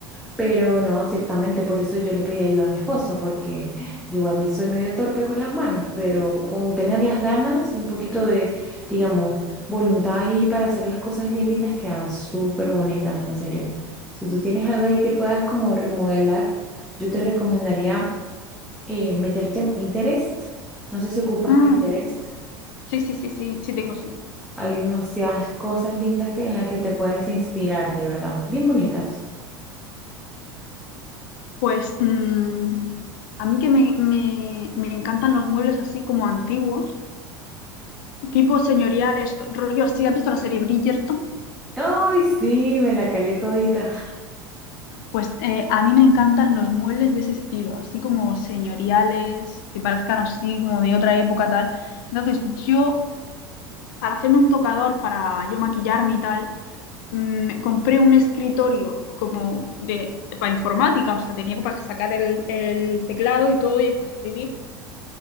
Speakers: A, in the centre; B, on the left.
A: Pero no, ciertamente, por eso yo le pedí ayuda a mi esposo, porque yo igual me soy medio torpe con las manos, pero con tener las ganas y un poquito de, digamos, voluntad ahí para hacer las cosas bien lindas quedan súper bonitas, en serio. Si tú tienes algo ahí que puedas como remodelar, yo te recomendaría eh, meterte en Pinterest. No sé si ocupas
B: Mm,
A: Pinterest.
B: sí, sí, sí, sí, sí tengo, sí.
A: Hay demasiadas cosas lindas que, en las que te puedes inspirar, de verdad. Bien bonitas.
B: Pues mm, a mí que me, me- me encantan los muebles así como antiguos, tipo señoriales, rollo así. ¿Has visto la serie Bridgerton?
A: ¡Ay, sí! Me la calé todita.
B: Pues eh, a mí me encantan los muebles de ese estilo, así como señoriales, que parezcan así como de otra época tal. Entonces yo para hacerme un tocador, para yo maquillarme y tal, mm, compré un escritorio como de, para informática, o sea, tenía para sacar el, el teclado y todo y el para escribir.